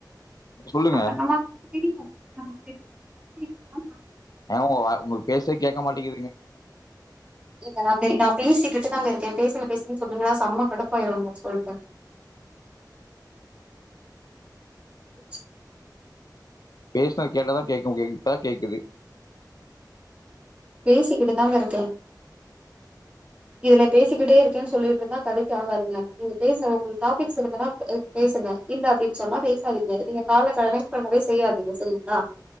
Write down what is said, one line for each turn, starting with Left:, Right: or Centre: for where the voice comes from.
Left: சொல்லுங்க
Right: அப்ப நல்லாருக்கு தெரியு நமக் தெரியு இதமாரி பண்
Left: அவங்க வா உங்குளுக் பேசே கேக்க மாட்டிகுதுங்க
Right: இல்ல நா பே நா பேசிக்கிட்டு தாங்க இருக்கே பேசல பேசு சொன்னீங்கன்னா செம்ம கடுப்பாயிருங்க சொல்ட்ட <inaudible>
Left: பேசுனா கேட்டா தா கேக்கமுடியு இப்ப தா கேக்குது
Right: பேசிக்கிட்டு தாங்க இருக்கே இதுல பேசிக்கிட்டே இருக்கேனு சொல்ட்டு இருந்தா கதைக் ஆகாதுங்க நீங்க பேச உங்க டாபிக்ஸ் இருந்தா பேசுங்க இல்ல அப்டினு சொன்னா பேசாதீங்க நீங்க கால கனெக்ட் பண்ணவே செய்யாதீங்க சரிங்ளா